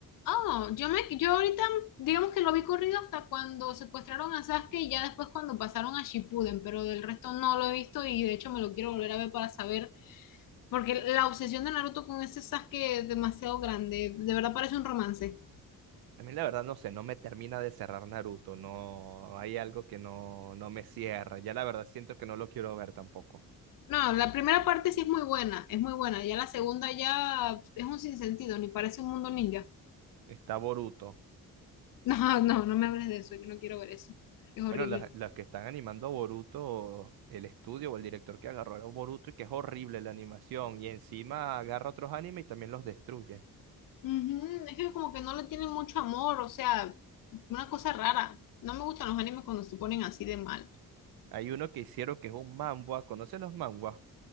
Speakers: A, on the left (about 65°); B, on the right (about 85°).
A: Oh, yo me, yo ahorita digamos que lo vi corrido hasta cuando secuestraron a Sasuke y ya después cuando pasaron a Shippuden, pero del resto no lo he visto y de hecho me lo quiero volver a ver para saber, porque la obsesión de Naruto con ese Sasuke es demasiado grande, de verdad parece un romance.
B: A mí la verdad no sé, no me termina de cerrar Naruto, no hay algo que no, no me cierra. Ya la verdad siento que no lo quiero ver tampoco.
A: No, la primera parte sí es muy buena, es muy buena, ya la segunda ya es un sinsentido, ni parece un mundo ninja. <laughs>
B: Está Boruto.
A: No, no, no me hables de eso, yo no quiero ver eso, es horrible.
B: Bueno, la- las que están animando a Boruto, el estudio o el director que agarró a Boruto y que es horrible la animación y encima agarra otros animes y también los destruye.
A: Ujú, Es que como que no le tienen mucho amor, o sea, una cosa rara. No me gustan los animes cuando se ponen así de mal.
B: Hay uno que hicieron que es un manhwa, ¿conoce los manhwas?